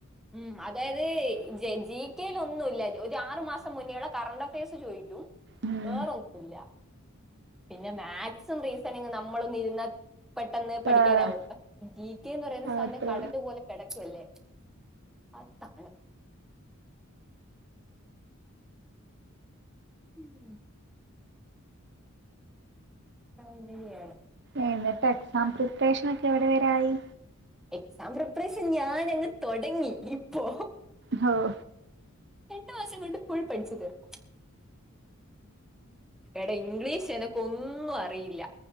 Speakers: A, in the centre; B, on the right (about 55°).
A: ഉം, അതായത് ജെ ജി കെ ല് ഒന്നുല്ല. ഒരാറ് മാസം മുന്നേള്ള കറണ്ട് അഫേഴ്സ് ചോയ്ക്കും.
B: ഉം
A: വേറൊന്നുല്ല, പിന്നെ മാക്സും റീസണിങ്ങും ന്നമ്മളൊന്ന് ഇര്ന്നാൽ പെട്ടെന്ന് പഠിക്കാനാവും.
B: ആഹ്
A: ജി കെന്ന് പറയ്ന്ന സാനം
B: അതെ.
A: കടക് പോലെ കെടക്കുവല്ലേ അതാണ്. ഉം. ങ്ങുകെയാണ്.
B: എന്നിട്ട് എക്സാം പ്രിപ്പേഷനൊക്കെ എവിടെ വെരായി.
A: എക്സാം പ്രിപ്പറേഷൻ ഞാനങ്ങ് തൊടങ്ങി ഇപ്പൊ
B: ഹോഹ്
A: രണ്ട് മാസം കൊണ്ട് ഫുൾപഠിച്ചു തീർക്കും എടെ ഇംഗ്ലീഷ് എനക്ക് ഒന്നും അറിയില്ല.